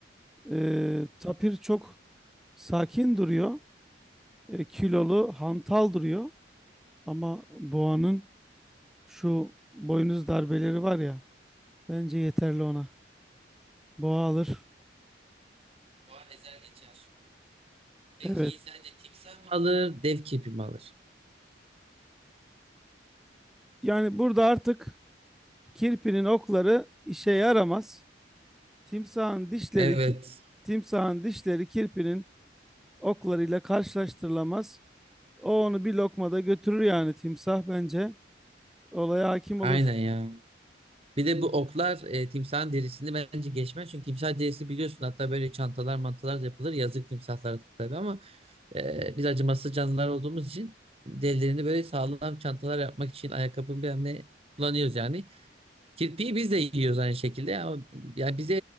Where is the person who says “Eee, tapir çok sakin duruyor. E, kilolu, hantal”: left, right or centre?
Centre